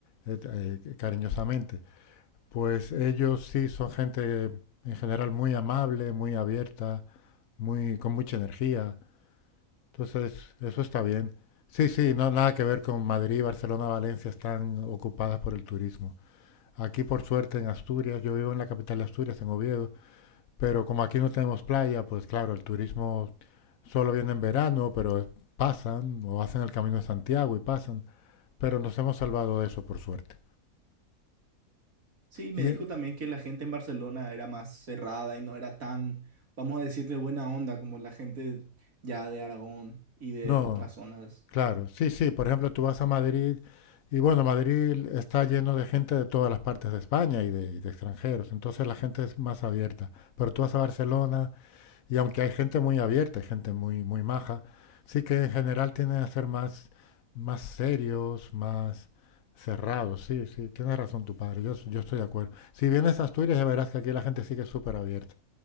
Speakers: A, on the left; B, on the right.
A: eh, eh, cariñosamente. Pues ellos sí son gente en general muy amable, muy abierta, muy, con mucha energía. Entonces, eso está bien. Sí, sí, no, nada que ver con Madrid, Barcelona, Valencia, están ocupadas por el turismo. Aquí, por suerte, en Asturias, yo vivo en la capital de Asturias, en Oviedo, pero como aquí no tenemos playa, pues claro, el turismo solo viene en verano, pero pasan o hacen el camino de Santiago y pasan, pero nos hemos salvado de eso, por suerte.
B: Sí, me
A: Y
B: dijo
A: eh,
B: también que la gente en Barcelona era más cerrada y no era tan, vamos a decirle, buena onda como la gente ya de Aragón y de
A: no,
B: otras zonas.
A: Claro, sí, sí. Por ejemplo, tú vas a Madrid y bueno, Madrid está lleno de gente de todas las partes de España y de, y de extranjeros, entonces la gente es más abierta. Pero tú vas a Barcelona y aunque hay gente muy abierta, hay gente muy, muy maja, sí que en general tienden a ser más, más serios, más cerrados. Sí, sí, tienes razón tu padre, yo, s- yo estoy de acuerdo. Si vienes a Asturias ya verás que aquí la gente sí que es súper abierta